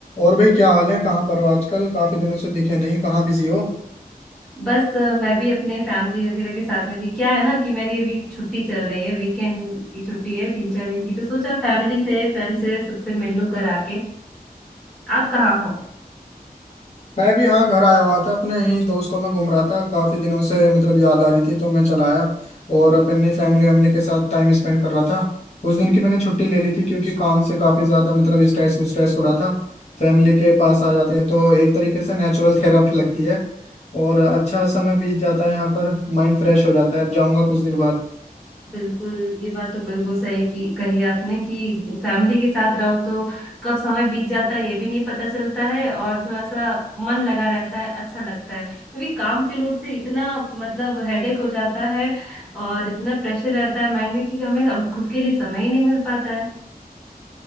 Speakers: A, on the left; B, in the centre.
A: और भाई क्या हाल है कहाँ पर हो आजकल काफी दिनों से दिखे नहीं कहाँ बिजी हो
B: बस अ, मैं भी अपने फैमिली वगैरह के साथ में थी क्या है ना कि मेरी अभी छुट्टी चल रही है वीकेंड की छुट्टी है तीन चार दिन की तो सोचा फैमिली से फ्रेंड से सबसे मिल लूं घर आके आप कहाँ हो
A: मैं भी हाँ घर आया हुआ था अपने ही दोस्तों में घूम रहा था काफी दिनों से मतलब याद आ रही थी तो मैं चला आया और अपनी फैमिली वैमिली के साथ टाइम स्पेंड कर रहा था उस दिन की मैंने छुट्टी ले ली थी क्योंकि काम से काफी ज्यादा मतलब स्ट्रेस स्ट्रेस हो रहा था फैमिली के पास आ जाते हैं तो एक तरीके से नेचुरल थेरापी लगती है और अच्छा समय बीत जाता है यहाँ पर माइंड फ्रेश हो जाता है अब जाऊँगा कुछ दिन बाद
B: बिल्कुल ये बात तो बिल्कुल सही की कही आपने कि फैमिली के साथ रहो तो कब समय बीत जाता है ये भी नहीं पता चलता है और थोड़ा सा मन लगा रहता है अच्छा लगता है क्योंकि काम के लोड से इतना मतलब हेडेक हो जाता है और इतना प्रेशर रहता है माइंड में कि हमें हम- खुद के लिए समय ही नहीं मिल पाता है